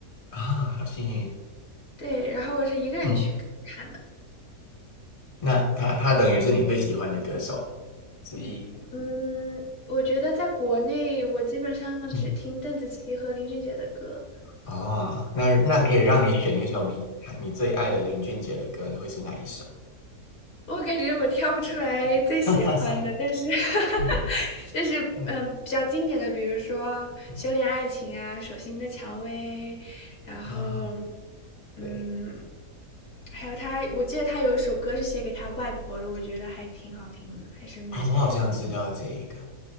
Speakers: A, on the left; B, on the left.
A: 啊，好幸运，
B: 对，然后我是一个人去看的，
A: 嗯。那他他等于是你最喜欢的歌手之一。
B: 嗯，我觉得在国内我基本上只听邓紫棋和林俊杰的歌，
A: 嗯，哦，那那可以让你选一首你他你最爱的林俊杰的歌，你会是哪一首？
B: 我感觉我挑不出来最喜欢的，
A: <laughs>
B: 但是，<laughs>
A: 嗯
B: 但是，
A: 嗯
B: 嗯，比较经典的，比如说
A: 嗯
B: 《修炼爱情》啊，《手心的蔷薇》，然后，
A: 啊，
B: 嗯，
A: 对
B: 还有他，我记得他有一首歌是写给他外婆的，我觉得还挺好听的，还是奶奶。
A: 啊、我好像知道这一个。